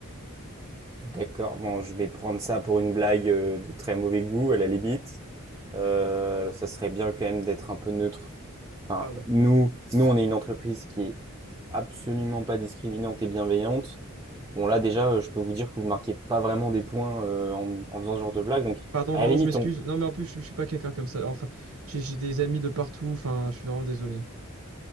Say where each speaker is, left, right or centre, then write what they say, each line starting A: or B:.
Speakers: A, on the right; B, on the right.
A: D'accord. Bon, je vais prendre ça pour une blague euh, de très mauvais goût, à la limite. Euh, ça serait bien quand même d'être un peu neutre. Enfin,
B: Pardon.
A: nous, nous, on est une entreprise qui est absolument pas discriminante et bienveillante. Bon, là, déjà, euh, je peux vous dire que vous marquez pas vraiment des points euh, en, en faisant ce genre de blague. Donc,
B: Pardon,
A: à
B: pardon,
A: la limite,
B: je m'excuse.
A: on,
B: Non, mais en plus, je, je suis pas quelqu'un comme ça. Enfin, j'ai j'ai des amis de partout. Enfin, je suis vraiment désolé.